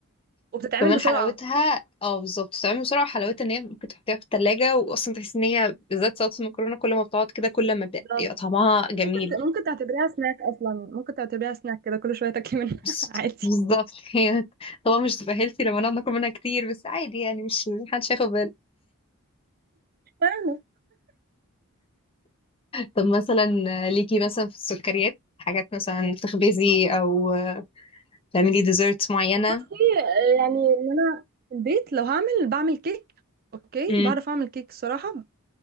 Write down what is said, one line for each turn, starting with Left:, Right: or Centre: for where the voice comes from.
Right: وبتتعمل
Left: كمان
Right: بسرعه
Left: حلاوتها اه بالظبط بتتعمل بسرعه وحلاوتها ان هي ممكن تحطيها في التلاجة واصلا تحس ان هي بالذات سلطه المكرونه كل ما بتقعد كده كل ما بيبقى
Right: بالظبط
Left: طعمها جميل
Right: ممكن ت- ممكن تعتبريها سناك اصلا ممكن تعتبريها سناك كده كل شويه تاكلي منها
Left: بس-
Right: <laughs> عادي
Left: بالظبط <laughs> هي طبعا مش تبقى هيلثي لما نقعد ناكل منها كتير بس عادي يعني مش محدش هياخد باله
Right: فاهمه
Left: طب مثلا ليكي مثلا في السكريات حاجات مثلا بتخبزي او تعملي ديزرتس معينة
Right: بصي آه، يعني ان انا في البيت لو هعمل بعمل كيك اوكي
Left: امم
Right: بعرف اعمل كيك الصراحه